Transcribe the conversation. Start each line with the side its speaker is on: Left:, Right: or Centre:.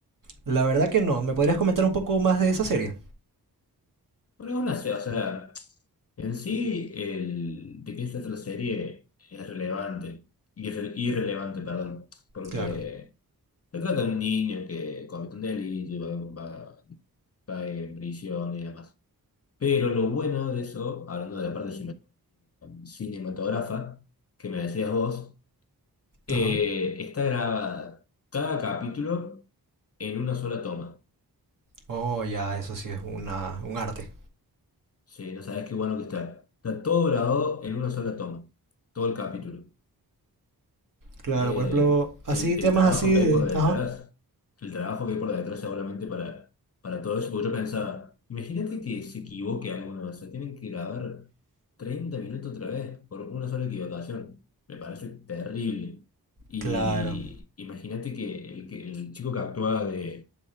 Right: La verdad que no, ¿me podrías comentar un poco más de esa serie?
Left: Bueno, es una, se- o sea, en sí, el, de qué se trata la serie es relevante, irre- irrelevante, perdón, porque
Right: Claro.
Left: se trata de un niño que comete un delito y va, va- va en prisión y demás. Pero lo bueno de eso, hablando de la parte cinematográfica, que me decías vos, Eh,
Right: Ajá.
Left: está grabada cada capítulo en una sola toma.
Right: Oh, ya, eso sí es una, un arte.
Left: Sí, no sabes qué bueno que está. Está todo grabado en una sola toma, todo el capítulo.
Right: Claro,
Left: Eh,
Right: por ejemplo,
Left: el,
Right: así, temas
Left: el trabajo
Right: así de...
Left: que hay por detrás,
Right: Ajá,
Left: el trabajo que hay por detrás seguramente para, para todo eso, porque yo pensaba, imagínate que se equivoque alguno vez, se tienen que grabar 30 minutos otra vez por una sola equivocación. Me parece terrible. Y
Right: Claro.
Left: imagínate que el, que el chico que actúa de